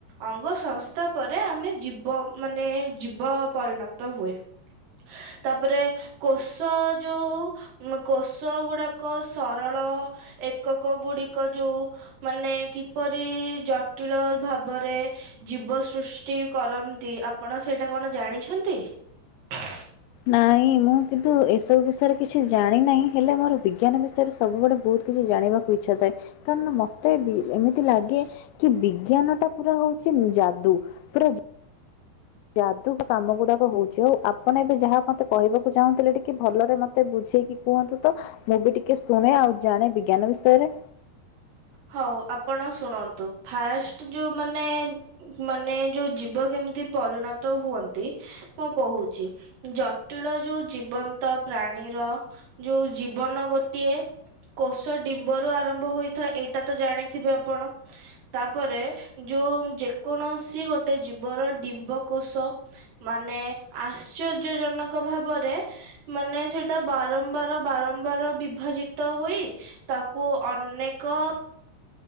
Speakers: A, on the right; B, on the left.
A: ଅଙ୍ଗ ସଂସ୍ଥା ପରେ ଆମେ ଜୀବ ମାନେ ଜୀବ ପରିଣତ ହୁଏ। ତାପରେ କୋଷ ଯୋଉ ଉ କୋଷ ଗୁଡାକ ସରଳ, ଏକକ ଗୁଡିକ ଯୋଉ ମାନେ କିପରି ଜଟିଳ ଭାବରେ ଜୀବ ସୃଷ୍ଟି କରନ୍ତି, ଆପଣ ସେଇଟା କଣ ଜାଣିଛନ୍ତି? <inaudible>
B: ନାଇଁ ମୁଁ କିନ୍ତୁ ଏସବୁ ବିଷୟରେ କିଛି ଜାଣି ନାହିଁ। ହେଲେ ମୋର ବିଜ୍ଞାନ ବିଷୟରେ ସବୁବେଳେ ବହୁତ କିଛି ଜାଣିବାକୁ ଇଛା ଥାଏ। କାରଣ ମତେ ବି ଏମିତି ଲାଗେ କି ବିଜ୍ଞାନ ଟା ପୁରା ହଉଚି ନି ଯାଦୁ। ପୁରା ଯାଦୁ କାମ ଗୁଡାକ ହଉଚି। ଆଉ ଆପଣ ଏବେ ଯାହା ମତେ କହିବାକୁ ଚାହୁଁଥିଲେ ଟିକେ ଭଲରେ ମତେ ମତେ ବୁଝେଇକି କୁହନ୍ତୁ ତ। ମୁଁ ବି ଟିକେ ଶୁଣେ, ଆଉ ଜାଣେ ବିଜ୍ଞାନ ବିଷୟରେ।
A: ହଉ ଆପଣ ଶୁଣନ୍ତୁ, ଫାଷ୍ଟ ଯୋଉ ମାନେ ମାନେ ଯୋଉ ଜୀବ କେମିତି ପରିଣତ ହୁଅନ୍ତି? ମୁଁ କହୁଚି। ଜଟିଳ ଯୋଉ ଜୀବନ୍ତ ପ୍ରାଣୀର ଯୋଉ ଜୀବନ ଗୋଟିଏ କୋଷ ଡିମ୍ବରୁ ଆରମ୍ଭ ହୋଇ ଥାଏ। ଏଇଟା ତ ଜାଣିଥିବେ ଆପଣ? ତାପରେ ଯୋଉ ଯେକୌଣସି ଗୋଟେ ଜୀବର ଡିମ୍ବକୋଷ ମାନେ ଆଶ୍ଚର୍ଯ୍ୟ ଜନକ ଭାବରେ ମାନେ ସେଇଟା ବାରମ୍ବାର ବାରମ୍ବାର ବିଭାଜିତ ହୋଇ ତାକୁ ଅନେକ